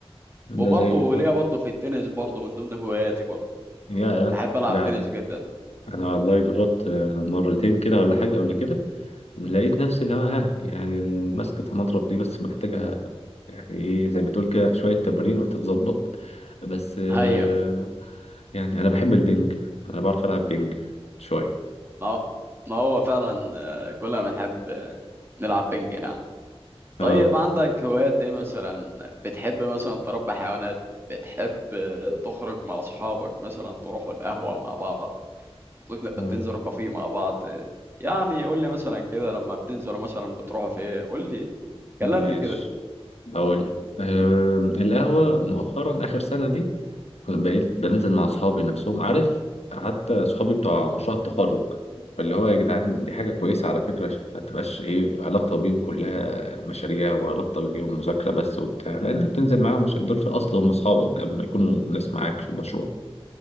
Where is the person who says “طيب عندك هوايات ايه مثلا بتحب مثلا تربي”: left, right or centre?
Right